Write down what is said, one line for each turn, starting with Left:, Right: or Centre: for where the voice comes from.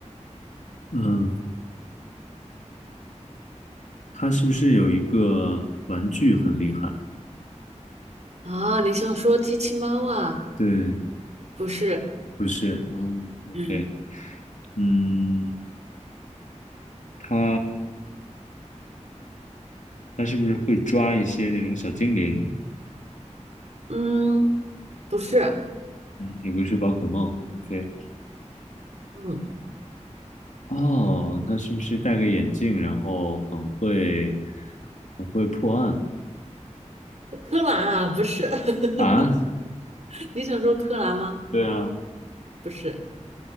Left: 嗯，他是不是有一个玩具很厉害？
Right: 啊。你想说机器猫啊？
Left: 对，
Right: 不是，
Left: 不是哦，OK，
Right: 嗯，
Left: 嗯，他他是不是会抓一些那种小精灵？
Right: 嗯，不是，
Left: 嗯，也不是宝可梦，OK。
Right: 嗯，
Left: 哦，他是不是戴个眼镜，然后很会很会破案
Right: 柯南啊，不是，<laughs>
Left: 啊？<laughs>
Right: 你想说柯南吗？
Left: 对啊，
Right: 不是，